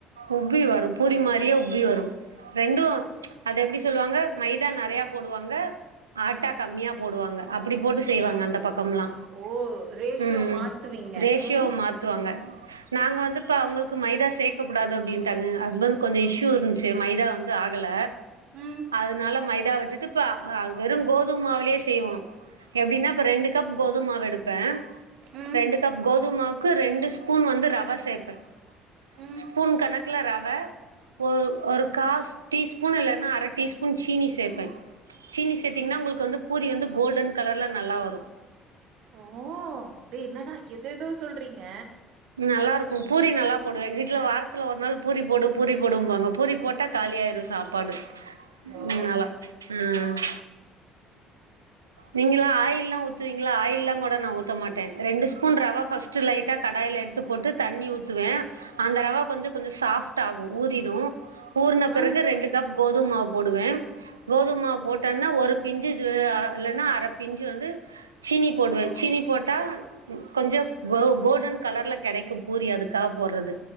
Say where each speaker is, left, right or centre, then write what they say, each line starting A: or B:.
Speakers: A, on the right; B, on the right.
A: உஃப்பி வரும் பூரி மாரியே உஃப்பி வரும் ரெண்டு அது எப்டி சொல்லுவாங்க மைதா நெறைய போடுவாங்க ஆட்டா கம்மியா போடுவாங்க அப்பிடி போட்டு செய்வாங்க அந்த பக் கம்லா
B: ஓ ரேஷியோ
A: ம் ம்
B: மாத்துவீங்க
A: ரேஷியோ
B: ம்
A: மாத் துவாங்க நாங்க வந்து பா உங்ளுக்கு மைதா சேக் கக்கூடாது அப்டின்டாங்க ஹஸ்பண்ட்க்கு கொஞ்சோ இஷ்யூ இருந்துச்சி மைதா வந்து ஆகல
B: ம்
A: அதனால மைதா விட்டுட்டு இப்ப அ வெறு கோதும்மாவுலே செய்வோ எப்டின்னா இப்ப ரெண்டு கப் கோதும் மாவு எடுப்பே
B: ம்
A: ரெண்டு கப் கோதுமாவுக்கு ரெண்டு ஸ்பூன் வந்து ரவ சேப்பே
B: ம்
A: ஸ்பூன் கணக்குல ரவ ஒரு ஒரு காஃப் டீ ஸ்பூன் இல்லன்னா அர டீஸ்பூன் சீனி சேப்பே சீனி சேத்தீங்ன்னா உங்களுக்கு வந்து பூரி வந்து கோல்டன் கலர்ல நல்லா வரு
B: ஓ டே என்னடா எதேதோ சொல்றீங்க
A: நல்லாருக்கு பூரி நல்லா போடுவே எங் வீட்ல வாரத்தில ஒரு நாள் பூரி போடு பூரி போடும்பாங்க பூரி போட்டா காலியாயிரு சாப்பாடு மூன்
B: ஓ
A: நாளா உம் நீங்களா ஆயில் லா ஊத்துவீங்களா ஆயில் லா கூட நா ஊத்த மாட்டே ரெண்டு ஸ்பூன் ரவ ஃபஸ் ட்டு லைட்டா கடாய்ல எடுத்து போட்டு தண்ணி ஊத்துவே அந்த ரவ கொஞ்ச கொஞ்ச சாஃப்ட் ஆகு ஊறிரு ஊறுன பெறகு
B: அ
A: ரெண்டு கப் கோதும் மாவு போடுவே கோதும் மாவு போட்டோன்ன ஒரு பிஞ்சு அ இல்லனா அரப்பிஞ்சு வந்து சீனி போடுவே சீனிப் போட்டா கொஞ்ச கோ கோல்டன் கலர்ல கெடைக்கு பூரி அதுக்காக போறது